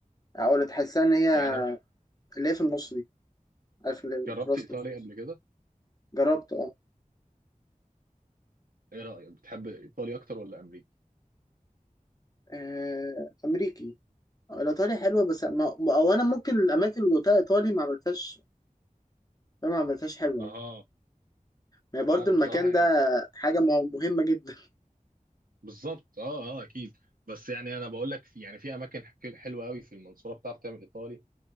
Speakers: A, on the left (about 25°); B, on the right (about 80°).
A: او اللي تحسها ان هي
B: يعني
A: اللي هي في النص دي عارف اللي الكراست
B: جربت إيطالي
A: اللي في النص
B: قبل كده
A: جربت اه
B: إيه رأيك بتحب إيطالي أكتر ولا أمريكي
A: آه، امريكي آه، الايطالي حلوه بس ما او انا ممكن الاماكن اللي قلتها ايطالي ما عملتهاش ما عملتهاش حلوه
B: أها
A: يعني ما هي برضه
B: أه بصراحة
A: المكان
B: يعني
A: ده حاجه مه- مهمه جدا
B: بالظبط أه أه أكيد بس يعني أنا بقول لك في يعني في أماكن حك- حلوة قوي في المنصورة بتعرف تعمل إيطالي